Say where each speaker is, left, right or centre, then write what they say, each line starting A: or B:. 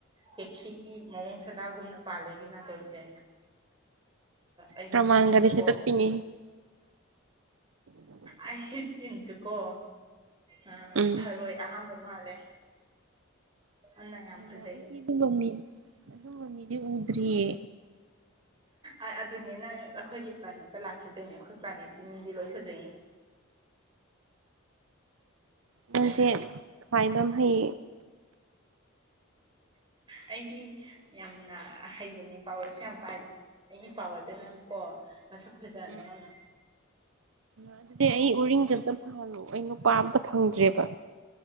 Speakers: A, on the right (about 25°); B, on the right (about 75°).
A: ꯇꯦꯛꯁꯤꯒꯤ ꯃꯑꯣꯡ ꯁꯅꯥꯒꯨꯝꯅ ꯄꯥꯜꯂꯒꯤ ꯅꯥꯇꯣꯟꯁꯦ ꯑꯩꯒꯤ
B: ꯄ꯭ꯔꯃꯥꯟꯒꯗꯤ
A: ꯆꯤꯟꯖꯨꯀꯣ
B: ꯁꯦꯠꯇꯠꯄꯤꯅꯤ
A: ꯑꯩ ꯆꯤꯟꯖꯦꯀꯣ ꯑ
B: ꯎꯝ
A: ꯊꯔꯣꯏ ꯑꯍꯥꯝꯕ ꯃꯥꯜꯂꯦ ꯑꯗꯨꯅ ꯌꯥꯝ ꯐꯖꯩꯌꯦ
B: ꯃ ꯑꯩꯗꯤ ꯑꯗꯨꯝꯕ ꯃꯤ ꯑꯗꯨꯝꯕ ꯃꯤꯗꯤ ꯎꯗ꯭ꯔꯤꯌꯦ
A: ꯎꯝ ꯑꯗꯨꯅꯤ ꯅꯪ ꯑꯩꯈꯣꯏꯒꯤ ꯄ꯭ꯂꯥꯅꯦꯠꯇ ꯂꯥꯛꯆꯗꯣꯏꯅꯦ ꯑꯩꯈꯣꯏ ꯄ꯭ꯂꯥꯅꯦꯠꯇꯤ ꯃꯤꯗꯤ ꯂꯣꯏ ꯐꯖꯩꯌꯦ
B: ꯃꯁ ꯈꯥꯏꯕꯝ ꯐꯩ
A: ꯑꯩꯗꯤ ꯌꯥꯝꯅ ꯍꯩꯕꯅꯦ ꯄꯥꯎꯔꯁꯨ ꯌꯥꯝ ꯄꯥꯏꯕꯅꯦ ꯑꯩꯒꯤ ꯄꯋꯥꯔꯗ ꯅꯪ ꯀꯣ ꯃꯁꯛ ꯐꯖꯍꯟꯕ
B: ꯎꯝ
A: ꯉꯝꯃꯦ
B: ꯑꯗꯨꯗꯤ ꯑꯩ ꯎꯔꯤꯡꯁꯦ ꯑꯝꯇ ꯐꯥꯍꯜꯂꯨ ꯑꯩ ꯅꯨꯄꯥ ꯑꯝꯇ ꯐꯪꯗ꯭ꯔꯦꯕ